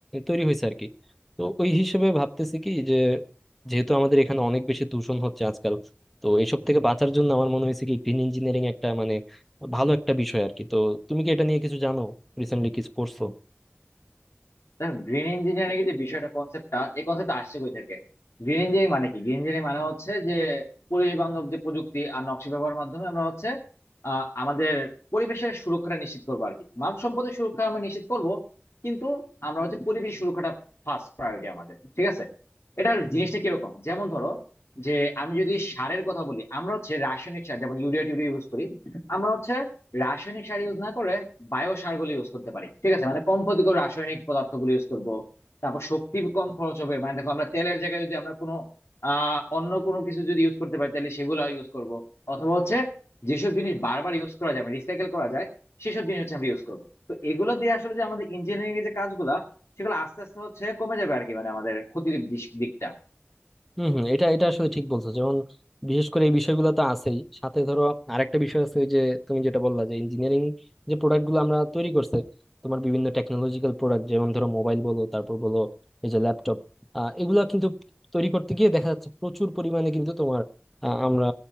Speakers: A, in the centre; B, on the left.
A: তৈরি হয়েছে আর কি তো ওই হিসেবে ভাবতেছি কি যে যেহেতু আমাদের এখানে অনেক বেশি দূষণ হচ্ছে আজকাল তো এসব থেকে বাঁচার জন্য আমার মনে হয়েছে কি গ্রিন ইঞ্জিনিয়ারিং একটা মানে ভালো একটা বিষয় আর কি তো তুমি কি এটা নিয়ে কিছু জানো রিসেন্টলি কিছু পড়ছো
B: দেখো গ্রিন ইঞ্জিনিয়ারিং এর যে বিষয়টা কনসেপ্টটা এই কনসেপ্টটা আসছে কই থেকে গ্রিন ইঞ্জিনিয়ারিং মানে কি গ্রিন ইঞ্জিনিয়ারিং মানে হচ্ছে যে পরিবেশ বান্ধব যে প্রযুক্তি আর নকশা ব্যবহারের মাধ্যমে আমরা হচ্ছে আহ, আমাদের পরিবেশের সুরক্ষাটা নিশ্চিত করবো আর কি মানব সম্পদের সুরক্ষা আমরা নিশ্চিত করব কিন্তু আমরা হচ্ছে পরিবেশ সুরক্ষাটা ফার্স্ট প্রায়োরিটি আমাদের ঠিক আছে এটার
A: হুম।
B: জিনিসটা কিরকম যেমন ধরো যে আমি যদি সারের কথা বলি আমরা হচ্ছে রাসায়নিক সার যেমন ইউরিয়া টিউরিয়া ইউজ করি আমরা হচ্ছে রাসায়নিক সার ইউজ না করে বায়ো সারগুলো ইউজ করতে পারি ঠিক আছে মানে কম ক্ষতিকর রাসায়নিক পদার্থগুলো ইউজ করব তারপর শক্তি কম খরচ হবে মানে দেখো আমরা তেলের জায়গায় যদি আমরা কোনো আহ অন্য কোনো কিছু যদি ইউজ করতে পারি তাহলে সেগুলো ইউজ করব অথবা হচ্ছে যেসব জিনিস বারবার ইউজ করা যায় রিসাইকেল করা যায় সেসব জিনিস হচ্ছে আমরা ইউজ করব তো এগুলো দিয়ে আসলে যে আমাদের ইঞ্জিনিয়ারিং এর যে কাজগুলা সেগুলো আস্তে আস্তে হচ্ছে কমে যাবে আর কি মানে আমাদের ক্ষতির দিস- দিকটা
A: হম হম এটা এটা আসলে ঠিক বলছো যেমন বিশেষ করে এই বিষয়গুলো তো আছেই সাথে ধরো আরেকটা বিষয় আছে ওই যে তুমি যেটা বললা যে ইঞ্জিনিয়ারিং যে প্রোডাক্ট গুলো আমরা তৈরি করছে তোমার বিভিন্ন টেকনোলজিক্যাল প্রোডাক্ট যেমন ধরো মোবাইল বলো তারপর বলো এই যে ল্যাপটপ আহ এগুলা কিন্তু তৈরি করতে গিয়ে দেখা যাচ্ছে প্রচুর পরিমাণে কিন্তু তোমার আহ, আমরা